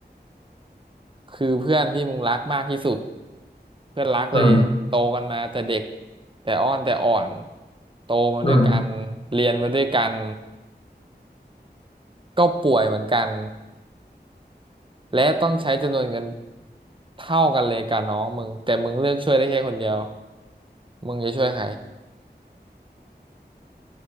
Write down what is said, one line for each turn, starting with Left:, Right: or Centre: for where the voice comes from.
Right: คือเพื่อนที่มึงรักมากที่สุดเพื่อนรักเลยโตกันมาแต่เด็ก
Left: อืม
Right: แต่อ้อนแต่อ่อนโตมาด้วยกันเรียนมาด้วยกัน
Left: อืม
Right: ก็ป่วยเหมือนกันและต้องใช้จำนวนเงินเท่ากันเลยกับน้องมึงแต่มึงเลือกช่วยได้แค่คนเดียวมึงจะช่วยใคร